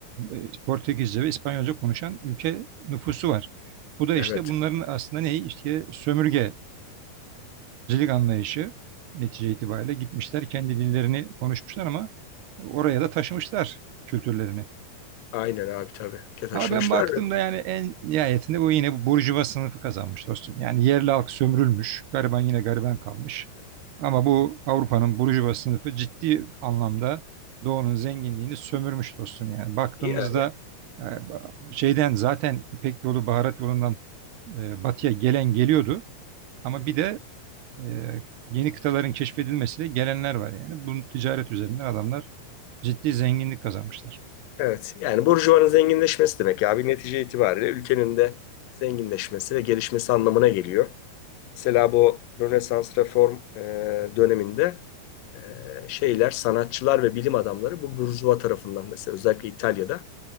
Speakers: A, on the right; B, on the left.
A: e, Portekizce ve İspanyolca konuşan ülke nüfusu var. Bu da işte
B: Evet.
A: bunların aslında neyi? İşte sömürgecilik anlayışı netice itibariyle gitmişler kendi dillerini konuşmuşlar ama oraya da taşımışlar kültürlerini.
B: Aynen abi tabii. Ke taşımışlar.
A: Ama ben baktığımda yani en nihayetinde bu yine bu burjuva sınıfı kazanmış dostum. Yani yerli halk sömürülmüş, gariban yine gariban kalmış. Ama bu Avrupa'nın burjuva sınıfı ciddi anlamda Doğu'nun zenginliğini sömürmüş dostum yani. Baktığımızda
B: Ya,
A: e, şeyden zaten İpek yolu, baharat yolundan e, batıya gelen geliyordu. Ama bir de e, yeni kıtaların keşfedilmesiyle gelenler var yani. Bu ticaret üzerinden adamlar ciddi zenginlik kazanmışlar.
B: Evet, yani burjuvanın zenginleşmesi demek ya abi netice itibariyle ülkenin de zenginleşmesi ve gelişmesi anlamına geliyor. Mesela bu Rönesans reform e, döneminde e, şeyler, sanatçılar ve bilim adamları bu burjuva tarafından mesela özellikle İtalya'da